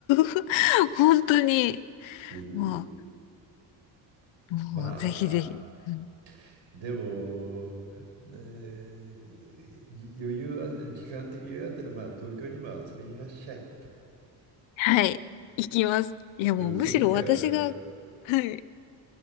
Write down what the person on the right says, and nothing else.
うん。
まあ、
でも、ねじ余裕は、時間的余裕があったら、まあ、東京にも遊びにいらっしゃい。
うん、
その時は、